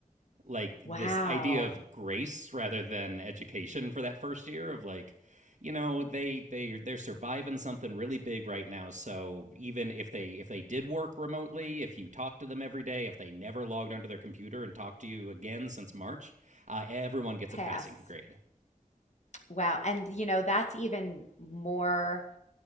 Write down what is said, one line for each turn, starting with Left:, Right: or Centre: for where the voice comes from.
Right: Like,
Left: wow
Right: this idea of grace rather than education for that first year of like, you know they they they're surviving something really big right now so even if they if they did work remotely if you talk to them every day if they never logged onto their computer and talked to you again since march uh, everyone gets
Left: pass
Right: a passing grade
Left: wow and you know that's even more